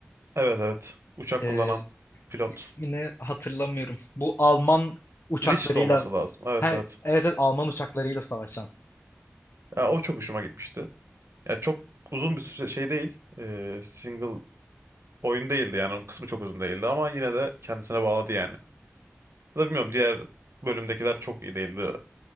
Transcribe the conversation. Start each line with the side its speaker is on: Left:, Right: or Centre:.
Right: Evet evet. Uçak
Left: e,
Right: kullanan pilot.
Left: ismini hatırlamıyorum. Bu Alman uçaklarıyla
Right: Rich de olması lazım. Evet
Left: her
Right: evet.
Left: evet, evet Alman uçaklarıyla savaşan.
Right: Ya, o çok hoşuma gitmişti. Ya çok uzun bir süre şey değil. e, single oyun değildi yani. Onun kısmı çok uzun değildi ama yine de kendisine bağladı yani. Ya da bilmiyorum diğer bölümdekiler çok iyi değildi.